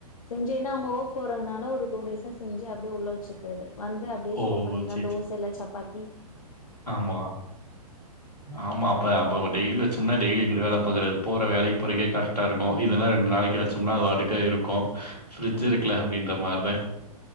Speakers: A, on the left; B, on the left.
A: செஞ்சுன்னா அவங்க ஓக்கு போறதுனால ஒரு டூ டேஸா செஞ்சு அப்டியே உள்ள வெச்சுக்கிறது வந்து அப்டியே
B: ஓ!
A: சூடு பண்ணி எதுனா
B: சரி,
A: தோச
B: சரி.
A: இல்ல சப் பத்தி
B: ஆமா ஆமா அப்ப அப்ப டெய்லி வச்சோம்னா டெய்லி எங்க வேல போற வேலைக்கு போறக்கே கரெக்டா இருக்கு இதுனா ரெண்டு நாளைக்கு வச்சோம்னா அதுபாட்டுக்கு இருக்கும் பிரிட்ஜ்
A: ம்
B: இருக்குல அப்டின்ற மார் வ